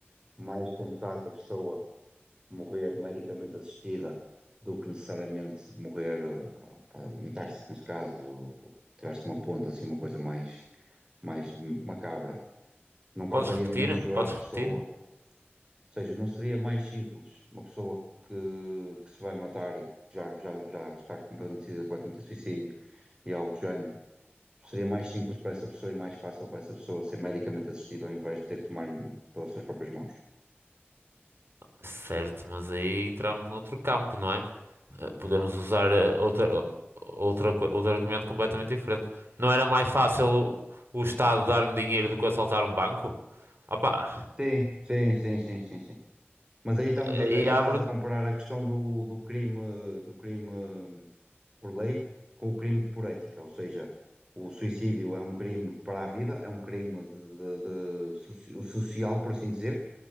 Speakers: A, on the right; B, on the right.
A: mais sensato a pessoa morrer medicamente assistida do que necessariamente morrer, eh, a a matar-se, neste caso, ou ou tirar-se de uma ponta, assim, uma coisa mais, mais macabra. Não causaria
B: Podes repetir?
A: menos dor
B: Podes
A: à pessoa,
B: repetir?
A: ou seja, não seria mais simples uma pessoa que, que se vai matar, e já, já, já está completamente decidida que vai cometer suicídio e algo do género. Seria mais simples para essa pessoa e mais fácil para essa pessoa ser medicamente assistida ao invés de ter que tomar pelas suas próprias mãos.
B: Certo, mas aí entramos noutro campo, não é? Eh, Podemos usar eh, outra, o- outra, co- outro argumento completamente diferente. Não era mais fácil o, o Estado dar-me dinheiro do que assaltar um banco? Opa,
A: Sim, sim, sim, sim, sim, sim. Mas aí estamos
B: aí
A: a- aí
B: abre.
A: estás a comparar a questão do, do crime do crime hum, por lei com o crime por ética, ou seja, o suicídio é um crime para a vida, é um crime de, de- de soci- social, por assim dizer,